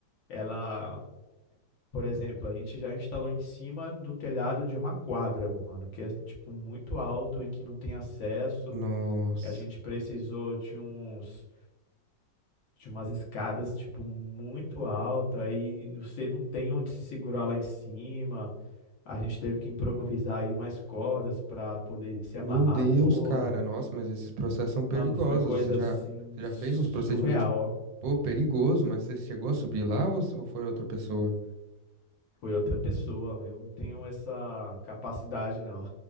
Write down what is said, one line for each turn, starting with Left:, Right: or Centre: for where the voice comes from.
Left: Ela, por exemplo, a gente já instalou em cima do telhado de uma quadra, mano, que é tipo muito alto e que não tem acesso.
Right: nossa.
Left: E a gente precisou de uns de umas escadas tipo muito alta e você não tem onde se segurar lá em cima. A gente teve que improvisar aí umas cordas para poder se amarrar
Right: Meu Deus,
Left: todo.
Right: cara, nossa, mas esses processos são perigosos.
Left: Mano, foi coisa
Right: Você já,
Left: assim
Right: você já
Left: surreal,
Right: fez uns procedimentos,
Left: ó.
Right: pô, perigoso, mas você chegou a subir lá ou, ou foi outra pessoa?
Left: Foi outra pessoa. Eu não tenho essa capacidade, não.